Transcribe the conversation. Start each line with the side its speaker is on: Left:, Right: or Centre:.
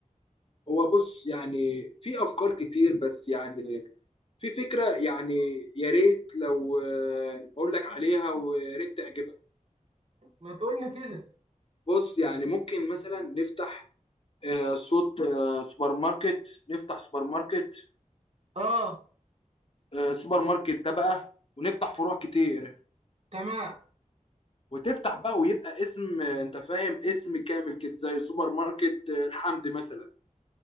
Left: هو بص يعني في افكار كتير بس يعني في فكرة يعني يا ريت لو آه، اقول لك عليها ويا ريت تعجبك
Right: ما تقول لي كده
Left: بص يعني ممكن مثلا نفتح آه، صوت آه، سوبر ماركت نفتح سوبر ماركت
Right: اه
Left: آه، سوبر ماركت ده بقى ونفتح فروع كتير
Right: تمام
Left: وتفتح بقى ويبقى اسم آه، انت فاهم اسم كامل كده زي سوبر ماركت آه، الحمد مثلا